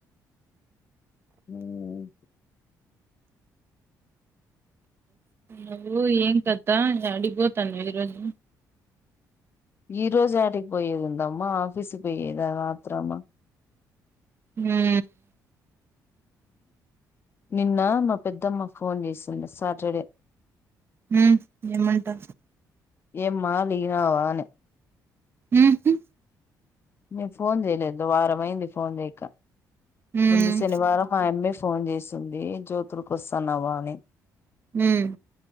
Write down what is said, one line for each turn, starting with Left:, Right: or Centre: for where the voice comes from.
Left: ఉమ్,
Right: నువ్వు ఏం కతా యాడికి బోతాన్నవు ఈరోజు
Left: ఈ రోజు యాటికి పోయేది ఉందమ్మ ఆఫీసుకి పోయేది ఆత్రమ
Right: హ్మ్
Left: నిన్న మా పెద్దమ్మ ఫోన్ చేసింది సాటర్డే
Right: హ్మ్ ఏమంటా
Left: ఏమ్మా దిగినావ అని
Right: ఊహు
Left: నే ఫోన్ చేయలేదులే వారం అయింది ఫోన్ చేయక
Right: ఉమ్
Left: ముందు శనివారం ఆ అమ్మె ఫోన్ చేసింది ఏ జ్యోతులకి వస్తాన్నావా అని
Right: హ్మ్